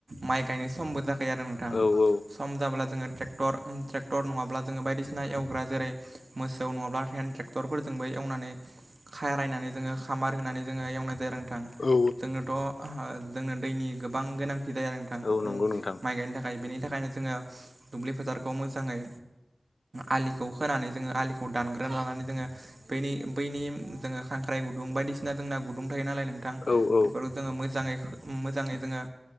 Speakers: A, on the right; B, on the left.
A: माइ गायनाय समबो जाखायो आरो नोंथां
B: औ औ
A: सम जाब्ला जोङो ट्रेटर ट्रेक्टर नङाब्ला जों बदिसिना एवग्रा जेरै मोसौ नङाब्ला हेन ट्रेक्टरफोरजोंबो एवनानै खारायनानै जोङो खामार होनानै जोङो एवनाय जायो आरो नोंथां।
B: औ
A: जोंनोथ' जोंनो दैनि गोबां गोनां थि जायो आरो नोंथां
B: औ नंगौ
A: उम
B: नोंथां
A: माइ गायनो थाखाय बेनि थाखायनो जोङो दुब्लि फोथारखौ मोजाङै आलिखौ होनानै जोङो आलिखौ दानग्रोन लानानै जोङो बेनि बैनि जोङो खांख्राइ गुदुं बायदिसिना जोंना गुदुं थायोना नोंथां
B: औ औ
A: बेफोरखौ जोङो मोजाङै जोङो